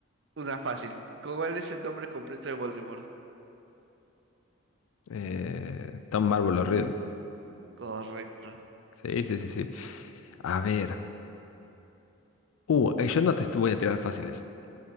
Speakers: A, on the right; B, on the left.
A: Una fácil. ¿Cuál es el nombre completo de Voldemort?
B: Eh, Tom Marvolo Riddle.
A: Correcto.
B: Sí, sí, sí, sí. A ver. Uh, eh, yo no te est- voy a tirar fáciles.